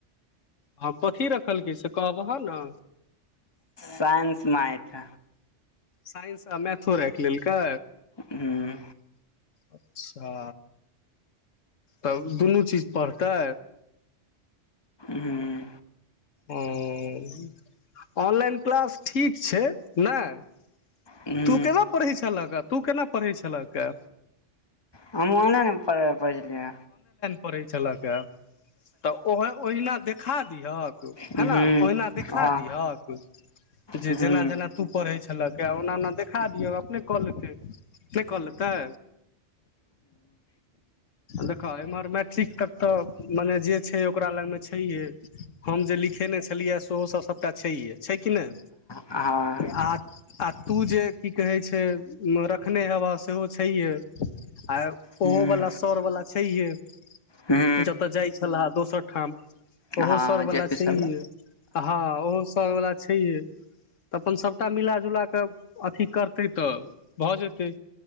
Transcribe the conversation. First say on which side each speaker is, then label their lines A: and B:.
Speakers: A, on the left (about 85°); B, on the left (about 20°).
A: हँ कथी रखलकै से कहबह ने
B: साइंस मैथ
A: साइंस आ मैथो राखि लेलकै
B: हूँ
A: अच्छा तब दुनू चीज पढ़तै
B: ह्म
A: ओ हुंम ऑनलाइन क्लास ठीक छै नहि
B: हूँ
A: तू केना पढ़ै छलह हे तू केना पढ़ै छलह हे
B: हम ओना ने प पढ़िै
A: पड़ै छल के तऽ ओह ओहिना देखा दिहक
B: हूँ
A: ह ने ओहिना देखा
B: हँ
A: दिहक जे
B: हूँ हूँ
A: जेना जेना तू पढ़ै छलक ओना ओना देखा दियौ अपने क लेतै के क लेतै देखह एमहर मैट्रिक तक तऽ मने जे छै ओकरा लग मे छैहे हम जे लिखेने छलियै सेहो सभ सभटा छैहे छै कि नहि
B: हँ
A: आ आ तू जे की कहै छै मे रखने हेब सेहो छैय अ
B: हूँ
A: ओहो वला आओर वाला छैहे
B: हूँ
A: जतय जाइ छह दोसर ठाम
B: हँ
A: ओहो सरवला
B: जे पी सर
A: छैहै हँ ओहो सरवला छैहै तऽ अपन सभटा मिलााजुला कऽ अथिी करतै तऽ भऽ जेतै